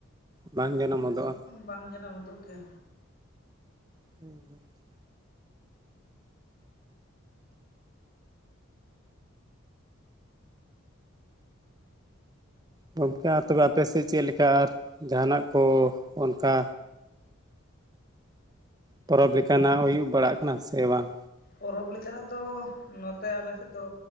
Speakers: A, on the right; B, on the left.
A: ᱵᱟᱝ ᱡᱟᱱᱟᱢ ᱜᱚᱫᱚᱜᱼᱟ,
B: ᱵᱟᱝ ᱡᱟᱱᱟᱢ ᱩᱫᱚᱜ ᱜᱮ᱾
A: <inaudible> ᱜᱚᱢᱠᱮ ᱟᱨ ᱛᱚᱵᱮ ᱟᱯᱮ ᱥᱮᱫ ᱪᱮᱫ ᱞᱮᱠᱟ ᱟᱨ ᱡᱟᱦᱟᱱᱟᱜ ᱠᱚ ᱚᱱᱠᱟ? ᱯᱚᱨᱚᱵᱽ ᱞᱮᱠᱟᱱᱟᱜ ᱦᱩᱭᱩᱜ ᱵᱟᱲᱟᱜ ᱠᱟᱱᱟ ᱥᱮ ᱵᱟᱝ?
B: ᱯᱚᱨᱚᱵᱽ ᱞᱮᱠᱟᱱᱟᱜ ᱫᱚ ᱱᱚᱛᱮ ᱟᱞᱮ ᱥᱮᱫ ᱫᱚ